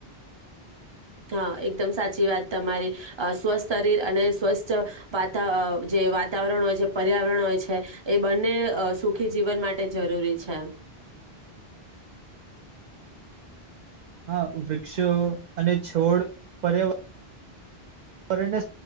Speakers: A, on the right (about 30°); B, on the right (about 55°).
A: હા, એકદમ સાચી વાત તમારી સ્વસ્થ શરીર અને સ્વસ્થ વાતા જે વાતાવરણ હોય છે, પર્યાવરણ હોય છે એ બંને સુખી જીવન માટે જરૂરી છે.
B: હા વૃક્ષો અને છોડ પર્યાવરણ